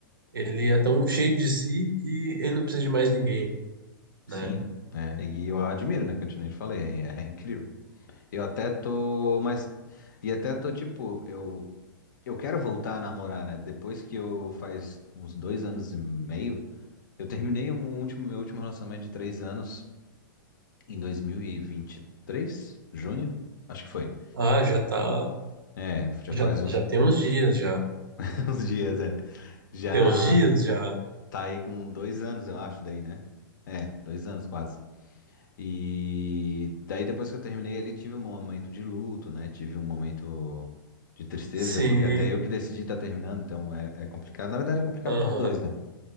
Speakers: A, on the right (about 80°); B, on the left (about 65°).
A: ele é tão cheio de si que ele não precisa de mais ninguém,
B: Sim,
A: né?
B: é, e eu admiro, né, que eu te nem falei, é, é incrível. Eu até tô, mas e até tô tipo, eu eu quero voltar a namorar, né? Depois que eu faz uns dois anos e meio, eu terminei um último meu último relacionamento de três anos em 2023, junho, acho que foi.
A: Ah, já tá,
B: É, já
A: já,
B: faz uns,
A: já tem uns dias, já.
B: <laughs> uns dias, é. Já
A: Tem uns dias, já.
B: tá aí com dois anos, eu acho, daí, né? É, dois anos quase. E daí depois que eu terminei ali, tive um momento de luto, né? Tive um momento de tristeza,
A: Sim,
B: porque até eu que decidi estar terminando, então é, é complicado. Na verdade, é complicado
A: aham.
B: pros dois, né?